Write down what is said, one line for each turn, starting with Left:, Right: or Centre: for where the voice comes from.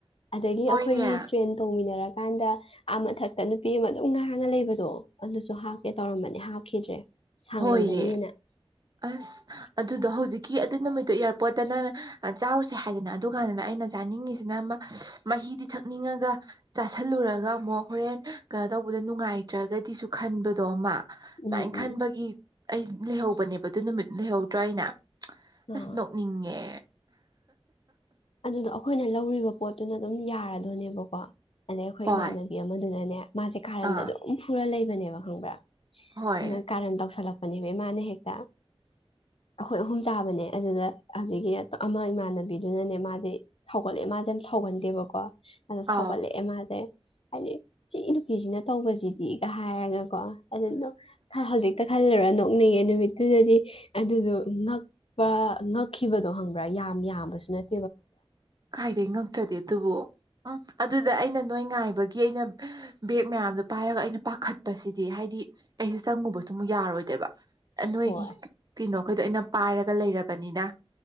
Left: ꯑꯗꯒꯤ
Right: ꯍꯣꯏꯅꯦ
Left: ꯑꯩꯈꯣꯏꯒꯤ ꯇ꯭ꯔꯦꯟ ꯇꯣꯡꯃꯤꯟꯅꯔꯛ ꯀꯥꯟꯗ ꯑꯥ ꯃꯊꯛꯇ ꯅꯨꯄꯤ ꯑꯃ ꯑꯗꯨꯝ ꯉꯥꯟꯅ ꯂꯩꯕꯗꯣ ꯑꯗꯨꯁꯨ ꯍꯥꯞꯀꯦ ꯇꯧꯔꯝꯕꯅꯦ ꯍꯥꯞꯈꯤꯗ꯭ꯔꯦ ꯁꯥꯡꯃꯜꯂꯅꯤꯅ
Right: ꯍꯣꯏꯌꯦ ꯑꯁ ꯑꯗꯨꯗꯣ ꯍꯧꯖꯤꯛ ꯀꯤ ꯑꯗꯨ ꯅꯨꯃꯤꯠꯇꯨ ꯏꯌꯥꯔꯄꯣꯔꯠꯇꯅ ꯆꯥꯎꯔꯨꯁꯦ ꯍꯥꯏꯗꯅ ꯑꯗꯨꯀꯥꯟꯗꯅ ꯑꯩꯅ ꯆꯥꯅꯤꯡꯉꯤꯁꯤꯅ ꯍꯤꯗꯤ ꯊꯛꯅꯤꯡꯉꯒ ꯆꯥꯥꯁꯜꯂꯨꯔꯒ ꯑꯃꯨꯛ ꯍꯣꯔꯦꯟ ꯀꯩꯅꯣ ꯇꯧꯕꯗ ꯅꯨꯡꯉꯥꯏꯇ꯭ꯔꯒꯗꯤꯁꯨ ꯈꯟꯕ ꯑꯗꯨꯗꯣ ꯑꯃ ꯑꯗꯨꯃꯥꯏꯅ
Left: ꯎꯝ
Right: ꯈꯟꯕꯒꯤ
Left: ꯎꯝ
Right: ꯑꯩ ꯂꯩꯍꯧꯕꯅꯦꯕ ꯑꯗꯨ ꯅꯨꯃꯤꯠ ꯂꯩꯍꯧꯗ꯭ꯔꯥ ꯍꯥꯏꯅ
Left: ꯑꯥ
Right: ꯑꯁ ꯅꯣꯛꯅꯤꯡꯉꯦ
Left: ꯑꯗꯨꯗ ꯑꯩꯈꯣꯏꯅ ꯂꯧꯔꯤꯕ ꯄꯣꯠꯇꯨꯅ ꯑꯗꯨꯝ ꯌꯥꯔꯗꯣꯏꯅꯦꯕꯀꯣ ꯑꯗꯩ ꯑꯩꯈꯣꯏ
Right: ꯍꯣꯏ
Left: ꯏꯃꯥꯟꯅꯕꯤ ꯑꯃꯗꯨꯅꯅꯦ ꯃꯥꯁꯦ ꯀꯥꯔꯟꯗ
Right: ꯑꯥ
Left: ꯑꯗꯨꯝ ꯐꯨꯔ ꯂꯩꯕꯅꯦꯕ ꯈꯪꯕ꯭ꯔꯥ
Right: ꯍꯣꯏ
Left: ꯑ ꯀꯟ ꯇꯁꯂ ꯄꯅꯤ ꯃꯥꯅ ꯍꯦꯛꯇ ꯑꯩꯈꯣꯏ ꯑꯍꯨꯝ ꯆꯥꯕꯅꯦ ꯑꯗꯨꯗ ꯑꯗꯨꯗꯒꯤ ꯑꯃ ꯏꯃꯥꯟꯅꯕꯤꯗꯨꯅꯅꯦ ꯃꯥꯁꯦ ꯁꯧꯒꯠꯂꯦ ꯃꯥꯁꯦ ꯌꯥꯝ ꯁꯧꯒꯟꯗꯦꯕꯀꯣ ꯑꯗ
Right: ꯑꯥꯎ
Left: ꯁꯥꯎꯒꯠꯂꯛꯑꯦ ꯃꯥꯁꯦ ꯍꯥꯏꯗꯤ ꯏ ꯏ ꯅꯨꯄꯤꯁꯤꯅ ꯇꯧꯕꯁꯤꯗꯤꯒ ꯍꯥꯏꯔꯒ ꯀꯣ ꯑꯗꯨꯅ ꯍꯧꯖꯤꯛꯇ ꯈꯜꯂꯨꯔꯅꯨ ꯉꯛꯅꯤꯡꯉꯦ ꯅꯨꯃꯤꯠꯇꯨꯗꯗꯤ ꯑꯗꯨꯗꯣ ꯉꯛꯄ ꯉꯛꯈꯤꯕꯗꯣ ꯍꯪꯕ ꯌꯥꯝ ꯌꯥꯝꯕꯁꯨ ꯅꯠꯇ
Right: ꯀꯥꯏꯗꯒꯤꯩ ꯉꯛꯇ꯭ꯔꯗꯤ ꯑꯗꯨꯕꯨꯣ ꯎꯝ ꯑꯗꯨꯗ ꯑꯩꯅ ꯅꯣꯏ ꯉꯥꯏꯕꯒꯤ ꯑꯩꯅ ꯕꯦꯒ ꯃꯌꯥꯝꯗꯣ ꯄꯥꯏꯔꯒ ꯑꯩꯅ ꯄꯥꯈꯠꯄꯁꯤꯗꯤ ꯍꯥꯏꯗꯤ ꯍꯥꯏꯗꯤ ꯑꯩꯁꯦ ꯆꯪꯉꯨꯕꯁꯨ ꯑꯃꯨꯛ ꯌꯥꯔꯣꯏꯗꯦꯕ ꯅꯣꯏꯒꯤ
Left: ꯍꯣꯏ
Right: ꯀꯩꯅꯣꯈꯩꯗꯣ ꯑꯩꯅ ꯄꯥꯏꯔꯒ ꯂꯩꯔꯕꯅꯤꯅ